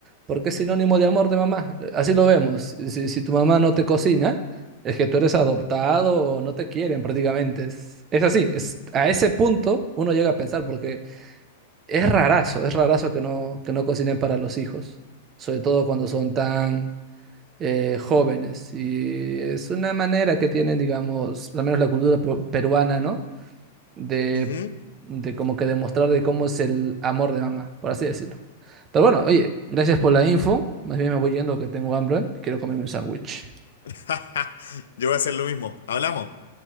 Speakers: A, on the right; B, on the left.
A: porque es sinónimo de amor de mamá. Así lo vemos. Si, si tu mamá no te cocina, es que tú eres adoptado o no te quieren prácticamente. Es, es así, es, a ese punto uno llega a pensar, porque es rarazo, es rarazo que no, que no cocinen para los hijos, sobre todo cuando son tan... eh, jóvenes y es una manera que tienen, digamos, al menos la cultura pro- peruana, ¿no? de,
B: Ujú.
A: de como que demostrar de cómo es el amor de mamá, por así decirlo. Pero bueno, oye, gracias por la info. Más bien me voy yendo que tengo hambre. Quiero comerme un sándwich.
B: <laughs> Yo voy a hacer lo mismo. Hablamos.